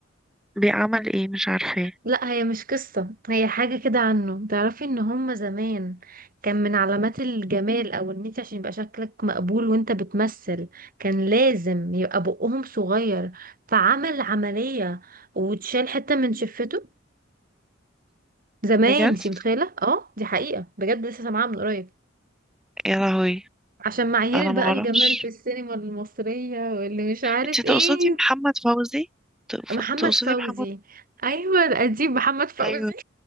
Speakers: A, in the centre; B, on the right (about 45°).
A: بيعمل ايه مش عارفة ايه
B: لا هي مش قصة هي حاجة كده عنه تعرفي ان هما زمان كان من علامات الجمال او ان انت عشان يبقى شكلك مقبول وانت بتمثل كان لازم يبقى بقهم صغير فعمل عملية وتشال حتة من شفته زمان
A: بجد
B: انتي متخيلة اه دي حقيقة بجد لسه سامعاها من قريب
A: يا لهوي
B: عشان معايير
A: انا
B: بقى
A: ما اعرفش
B: الجمال في السينما المصرية واللي مش عارف
A: انت تقصدي
B: ايه
A: محمد فوزي تقف-
B: محمد
A: تقصدي
B: فوزي
A: محمد
B: ايوه القديم محمد فوزي
A: ايوه